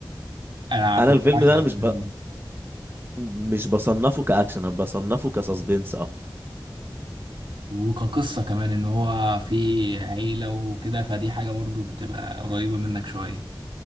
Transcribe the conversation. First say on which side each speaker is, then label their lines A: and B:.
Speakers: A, on the right (about 80°); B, on the right (about 25°).
A: انا على
B: انا
A: فكره
B: الفيلم
A: بعشق
B: ده
A: الفيلم
B: انا مش ب...
A: ده
B: مش بصنفه كأكشن أنا بصنفه كسسبنس أكتر
A: وكقصة كمان ان هو في عيلة وكده فدي حاجة برضو بتبقى قريبة منك شوية